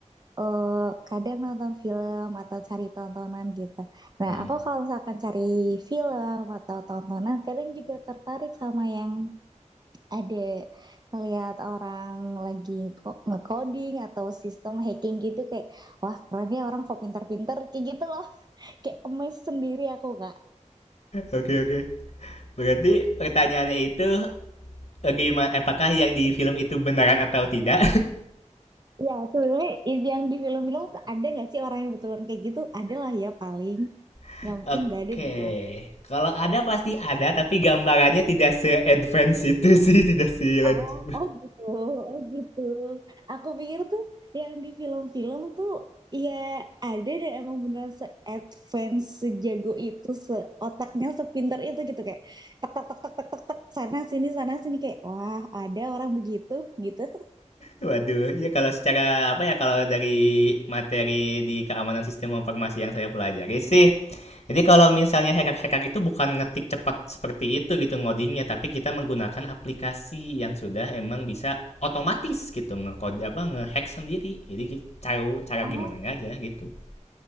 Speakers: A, on the right (about 35°); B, on the left (about 65°).
A: eh, kadang nonton film atau cari tontonan gitu. Nah,
B: Hmm.
A: aku kalau misalkan cari film atau tontonan, kadang juga tertarik sama yang ada ngelihat orang lagi ko- nge-coding atau sistem hacking gitu kayak wah keren ya orang kok pinter-pinter kayak gitu loh <laughs> kayak amazed sendiri aku kak
B: Oke, oke. Berarti pertanyaannya itu eh, gimana eh, apakah yang di film itu beneran atau tidak?
A: Ya, sebenarnya i- yang di film-film tuh ada nggak sih orang yang betulan kayak gitu? Ada lah ya paling.
B: <laughs>
A: Nggak mungkin
B: oke.
A: nggak ada dong.
B: Kalau ada pasti ada, tapi gambarannya tidak se-advance itu sih, <laughs> tidak se lanjut.
A: Oh, oh gitu, oh gitu. Aku pikir tuh yang di film-film tuh ya ada dan emang beneran se-advance, sejago itu, seotaknya, sepinter itu gitu kayak tek tek tek tek tek tek tek sana sini sana sini kayak wah ada orang begitu gitu.
B: Waduh, ya kalau secara apa ya kalau dari materi di keamanan sistem informasi yang saya pelajari sih. Jadi kalau misalnya hacker-hacker itu bukan ngetik cepat seperti itu gitu ngodingnya, tapi kita menggunakan aplikasi yang sudah emang bisa otomatis gitu ngekode apa ngehack sendiri. Jadi cara cara
A: Oh,
B: gimana aja gitu.